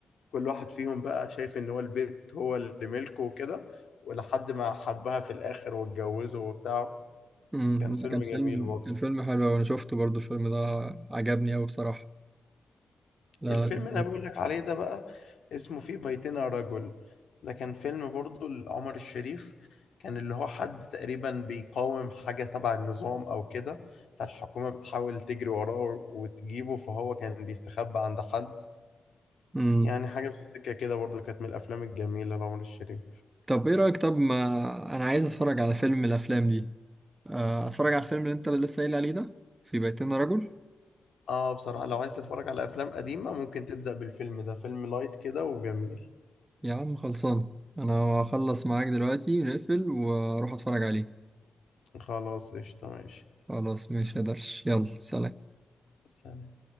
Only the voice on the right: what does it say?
امم
لا،
كان فيلم
كان فيلم حلو أوي، انا شفته برضو الفيلم ده عجبني قوي بصراحة لا
لا
امم
طب ايه رأيك طب ما انا عايز اتفرج على فيلم من الافلام دي آه، اتفرج على الفيلم اللي انت لسه قايل عليه ده في بيتنا رجل
يا عم خلصان انا هخلص معاك دلوقتي نقفل واروح اتفرج عليه
خلاص مش قدرش يلا سلام